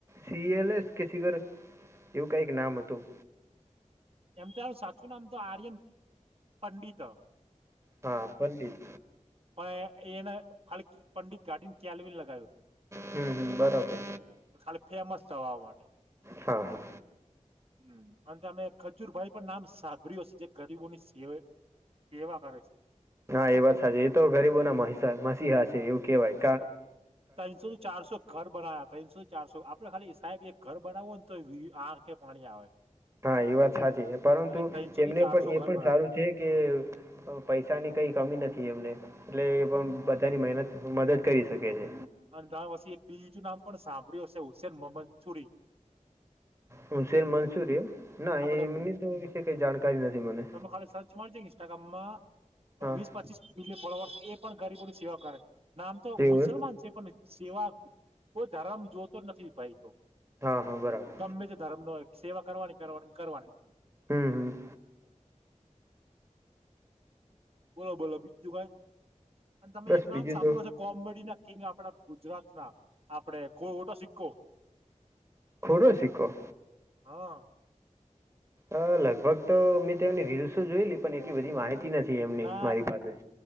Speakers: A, on the right; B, on the right.
A: સીએલએસ કે સિગર એવું કંઈક નામ હતું.
B: એમ તો એનું સાચું નામ તો આર્યન પંડિત હ.
A: હા પંડિત.
B: પણ એન ખાલી પંડિત કાઢી ન કેલ્વિન લગાયું.
A: હમ હમ બરોબર.
B: ખાલી ફેમસ થવાવા માટે.
A: હા હા.
B: હું પણ તમે. ખજૂરભાઈ પણ નામ સાંભળ્યું હશે જે ગરીબોની સેવે સેવા કરે છે.
A: હા એ વાત સાચી એ તો ગરીબો ના મહિસા મસીહા છે એવું કેવાય.
B: તો તઇનસો થી ચારસો ઘર બનાયા તઇનસો. ચારસો આપડે ખાલી સાહેબ એક ઘર બનાવું હોય ને તો આંખે પાણી આવે.
A: હા એ વાત સાચી છે પરંતુ
B: અને ત્રણસો
A: એમને
B: થી ચારસો
A: પણ એ
B: ઘર
A: પણ
B: બનાવ
A: સારું છે કે પૈસાની કઈ કમી નથી એમને એટલે એ પણ બધાની મહેનત મદદ કરી શકે છે.
B: અંધાવસી બીજું નામ પણ સાંભળ્યું હશે હુસેન મોમનસુરી
A: હુસેન મન્સૂરી એમ ના એમની
B: આપડે
A: તો વિશે કઈ જાણકારી નથી મને
B: તમે ખાલી સર્ચ મારજો ઇન્સ્ટાગ્રામમાં
A: હા
B: વીસ પચીસ ઇન્ડિયન ફોલોવર એ પણ ગરીબો ની સેવા કરે નામ તો
A: એવું
B: મુસલમાન
A: એમ
B: છે પણ સેવા કોઈ ધર્મ જોતો નથી ભાઈ તો
A: હા હા બરાબર
B: ગમે તે ધર્મ નો હોય સેવા કરવાની કરવાની ન કરવાની
A: હમ્મ, હમ્મ.
B: બોલો બોલો બીજું કઈ અને તમે
A: બસ
B: એક
A: બીજું
B: નામ સાંભળ્યું
A: તો
B: હસે કોમેડીના કિંગ આપડા ગુજરાતના આપડે ખોટો સિક્કો
A: ખોટો સિક્કો
B: હા
A: અહ લગભગ તો મેં તેવોની રીલ્સો જોયેલી પણ એટલી બધી માહિતી નથી એમની
B: ના
A: મારી પાસે